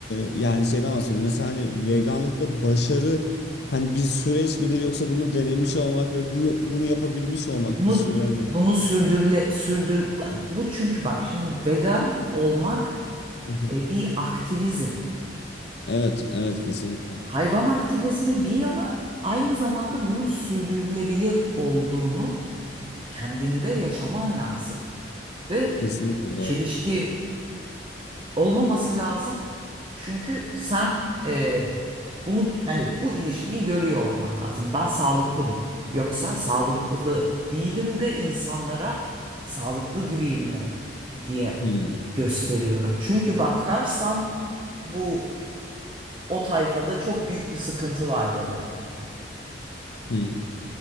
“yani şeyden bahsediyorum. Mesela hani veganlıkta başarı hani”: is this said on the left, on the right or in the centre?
Left